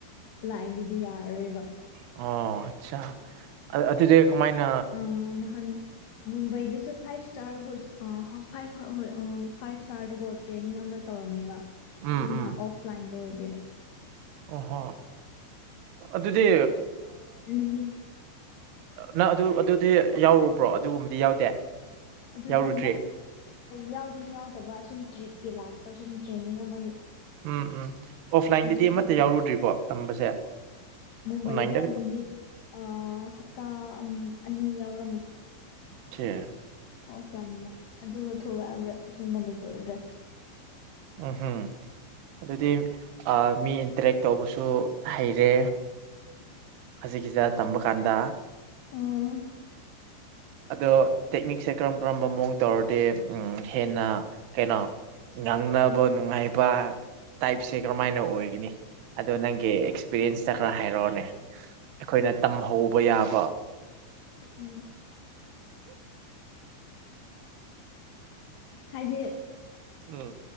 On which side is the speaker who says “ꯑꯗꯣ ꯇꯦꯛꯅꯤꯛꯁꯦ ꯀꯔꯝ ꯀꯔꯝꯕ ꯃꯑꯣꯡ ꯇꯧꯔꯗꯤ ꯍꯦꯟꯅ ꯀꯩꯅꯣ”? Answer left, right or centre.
Right